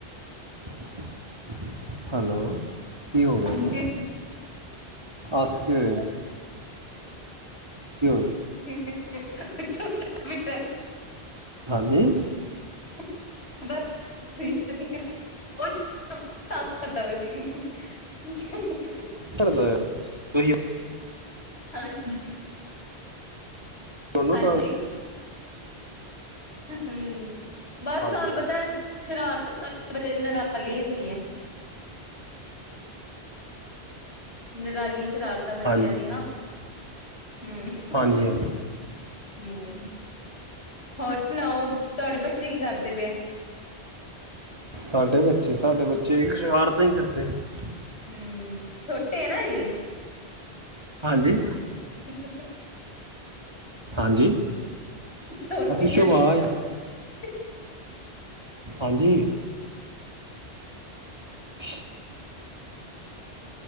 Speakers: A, on the right (about 25°); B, on the left (about 75°).
A: <unintelligible> ਹੈਲੋ ਕੀ ਹੋ ਗਿਆਏ
B: ਹਾਂਜੀ
A: ਜੀ ਹੱਸ ਕਿਉਂ ਰਹੇ ਹੋ ਗਿਆ
B: <unintelligible> ਮਿੱਟਰ
A: ਹਾਂਜੀ
B: ਬਸ ਉਹ ਕੰਮ ਕਰਦਾ ਪਿਆ ਸੀ
A: ਤੁਸੀਂ
B: ਹਾਂ ਜੀ
A: ਉਹਨੂੰ
B: ਹਾਂਜੀ
A: ਤਾਂ
B: ਹ ਹਮ ਬਸ
A: ਹਾਂਜੀ
B: ਤੁਹਾਨੂੰ ਪਤਾ ਸ਼ਰਾਰਤ ਨਿਰਾਲੀ ਹੁੰਦੀ ਹੈ ਨਿਰਾਨੀ ਸ਼ਰਾਰਤਾਂ ਬੱਚਿਆਂ
A: ਹਾਂਜੀ
B: ਦੀਆਂ ਹੁ ਹਮ
A: ਹਾਂਜੀ
B: ਹੁ
A: ਹਾਂਜੀ
B: ਹਮ ਔਰ ਸੁਣਾਓ ਤੁਹਾਡੇ ਬੱਚੇ ਕੀ ਕਰਦੇ ਪਏ ਆ
A: ਸਾਡੇ ਬੱਚੇ ਸਾਡੇ ਬੱਚੇ ਵੀ ਸ਼ਰਾਰਤਾਂ ਹੀ ਕਰਦੇ ਪਏ
B: ਹਮ ਛੋਟੇ ਆ ਨਾ ਜੀ
A: ਹਾਂਜੀ
B: ਮੁ ਮ <unintelligible>
A: ਹਾਂਜੀ
B: ਛੋਟੇ
A: ਪਿੱਛੋਂ
B: ਆ
A: ਆਵਾਜ਼
B: ਨਾ ਜੀ ਹੁ
A: ਰਹੀ
B: ਹੁ
A: ਹਾਂਜੀ ਛ